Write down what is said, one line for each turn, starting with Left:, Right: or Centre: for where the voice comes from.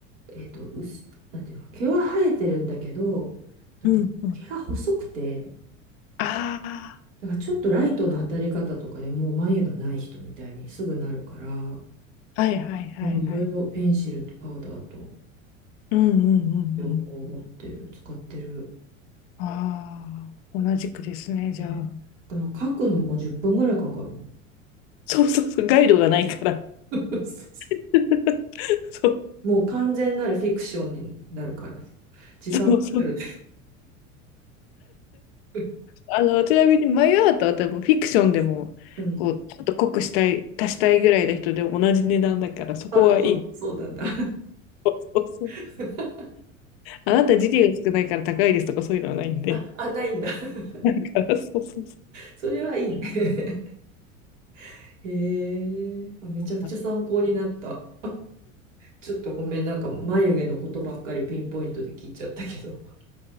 Right: えっと、うす、なんていうの、毛は生えてるんだけど、なんて、
Left: うんうん。
Right: 毛が細くて、
Left: あ
Right: だからちょっとライトの当たり方とかでもう眉のない人みたいにすぐなるから、
Left: あ、はいはいはいはい。
Right: うん、いろいろペンシルとパウダーと
Left: うんうんうんうん。
Right: 両方持ってる、使ってる。
Left: ああ、同じくですね、じゃあ。
Right: うんだから書くのも10分ぐらいかかる。
Left: そうそうそう、ガイドがないから。
Right: <laughs>
Left: <laughs> そう
Right: もう完全なるフィクションになるからさ。時間かかる。
Left: そうそう。
Right: <laughs>
Left: あの、ちなみにマイアートは多分フィクションでも、
Right: うん。
Left: こう、ちょっと濃くしたい、足したいぐらいの人でも同じ値段だから、そこはいい。
Right: あ、そう、そうなんだ。
Left: そうそうそう。
Right: <laughs>
Left: あなた時給が少ないから高いですとかそういうのはないんで。
Right: あ、あ、ないんだ。<laughs>
Left: だからそうそうそ
Right: それはいいね。<laughs> へえ、あ、めちゃくちゃ参考になった。
Left: う。
Right: ちょっとごめん、なんか眉毛のことばっかりピンポイントで聞いちゃったけど。<laughs> あ